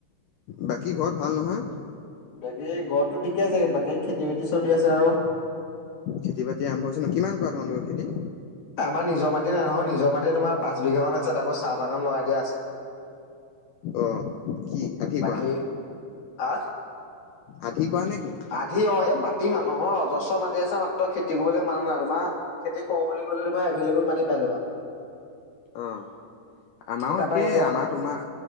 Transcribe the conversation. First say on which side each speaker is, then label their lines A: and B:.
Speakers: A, on the left (about 80°); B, on the left (about 65°).
A: বাকী ঘৰত ভাল নহয়?
B: বাকী ঘৰততো ঠিকেই আছে বাকী খেতি বাতি চলি আছে আৰু।
A: খেতি বাতি আৰম্ভ হৈছে ন। কিমান কৰা তোমালোকৰ খেতি?
B: আমাৰ নিজৰ মাটি নাই নহয় নিজৰ মাটি তোমাৰ পাঁচ বিঘা মান আছে তাকো চাহ বাগান লগাই দিয়া আছে।
A: অ কি আধিবা
B: বাকী আ
A: আধি কৰা নেকি?
B: আধি অ এই মাটি মানুহৰ অজস্বৰ মাটি আছে। মাত্ৰ খেতি কৰিবলে মানুহ নাই। তোমা খেতি কও বুলি কলে তোমাৰ এভিলেবল মাটি পাই যাবা।
A: অ আমাৰো
B: তাৰপা
A: একেই,
B: এতিয়া
A: আমাৰ তোমাৰ